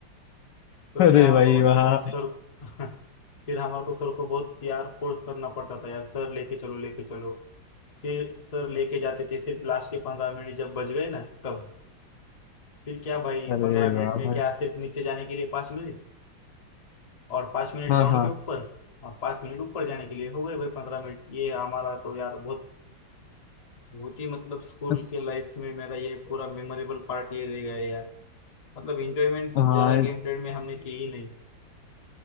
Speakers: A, on the left; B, on the left.
A: तो
B: अरे
A: फिर हमारे
B: भाई
A: को मतलब
B: वाह
A: सर <laughs> फिर हमारे को सर को बहुत यार फोर्स करना पड़ता था यार सर लेके चलो लेके चलो फिर सर लेके जाते थे सिर्फ लास्ट के पंद्रह मिनट जब बच गए ना तब फिर क्या भाई
B: अरे
A: पंद्रह
B: वाह
A: मिनट में
B: भाई
A: क्या सिर्फ नीचे जाने के लिए पांच मिनट और पाँच मिनट
B: हाँ
A: ग्राउंड
B: हाँ
A: के ऊपर और पाँच मिनट ऊपर जाने के लिए हो गए भाई पंद्रह मिनट ये हमारा तो यार बहुत बहुत ही मतलब स्कूल
B: बस
A: के लाइफ में मेरा ये पूरा मेमोरेबल पार्ट ये रह गया है यार मतलब एंजॉयमेंट
B: हाँ
A: ज्यादा गेम पीरियड में हमने की ही नहीं